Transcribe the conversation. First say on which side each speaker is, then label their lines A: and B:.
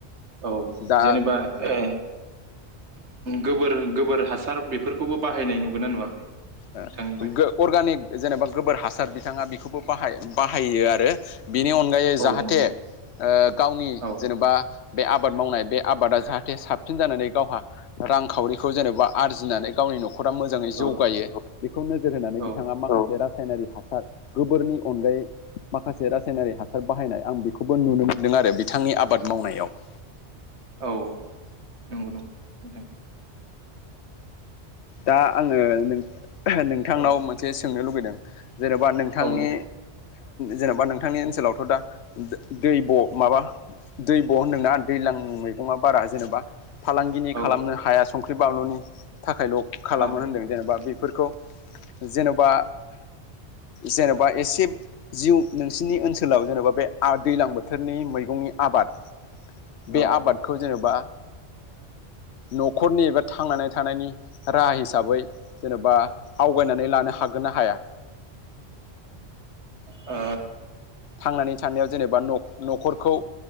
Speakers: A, on the right; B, on the left.
A: औ
B: दा
A: जेनेबा ओ गोबोर गोबोर हासार बेफोरखौबो बाहायनाय नुगोनना नुवाखै?
B: ओ
A: नोंथांनि बायदि
B: अर्गानिक जेनेबा गोबोर हासार बिथाङा बेखौबो बाह बाहायो आरो बिनि अनगायै
A: औ
B: जाहाथे
A: मोन
B: ओ गावनि
A: औ
B: जेनेबा बे आबाद मावनाय बे आबादा जाहाथे साबसिन जानानै गावहा रांखावरिखौ जेनेबा आरजिनानै गावनि न' न'खरा मोजाङै जौगायो
A: औ
B: बेखौ नोजोर होनानै
A: औ
B: बिथाङा माखासे रासायनारि हासार गोबोरनि अनगायै माखासे रासायनारि हासार बाहायनाय आं बेखौबो नुनो मोन्दों आरो बिथांनि आबाद मावनायाव। <inaudible>
A: औ नंगौ नंगौ नोंथां।
B: दा आङो नोंथांनाव
A: औ
B: मोनसे सोंनो लुबैदों। जेन'बा नोंथांनि
A: औ दे
B: जेन'बा नोंथांनि ओनसोलावथ' दा दै ब माबा दैब' होनदोंना दैज्लां मैगङा बारा जेन'बा फालांगिनि
A: औ
B: खालामनो हाया संख्रि बानलुनि थाखायल' खालामो
A: औ
B: होनदों जेनेबा बेफोरखौ जेन'बा जेन'बा एसे जिउ नोंसिनि ओनसोलाव जेन'बा बे दैलां बोथोरनि मैगंनि आबाद बे
A: ओ
B: आबादखौ जेन'बा न'खरनि एा थांनानै थानायनि राहा हिसाबै जेन'बा आवगायनानै लानो हागोन ना हाया
A: आ
B: थांनानै थानायाव जेनेबा न'खरखौ